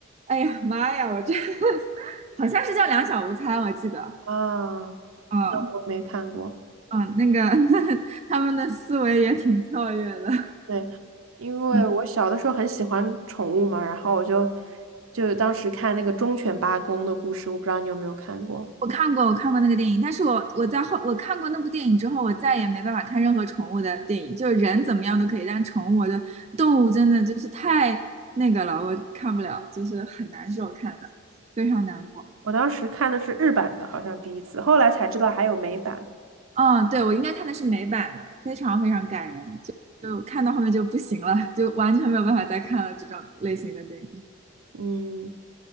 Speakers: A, on the right; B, on the right.
A: 哎呀妈呀，我这 <laughs> 好像是叫《两小无猜》，我记得。
B: 啊？
A: 嗯
B: 那我没看过。
A: 嗯，那个 <laughs> 他们的思维也挺跳跃的。
B: 对，因为我小的时候很喜欢宠物嘛，
A: 嗯
B: 然后我就就当时看那个忠犬八公的故事，我不知道你有没有看过。
A: 我看过，我看过那个电影，但是我我在后我看过那部电影之后，我再也没办法看任何宠物的电影，就是人怎么样都可以，但是宠物我的动物真的就是太那个了，我看不了，就是很难受看的，非常难过。
B: 我当时看的是日版的，好像第一次，后来才知道还有美版。
A: 嗯，对，我应该看的是美版的，非常非常感人，就就看到后面就不行了，就完全没有办法再看了这种类型的电影。
B: 嗯。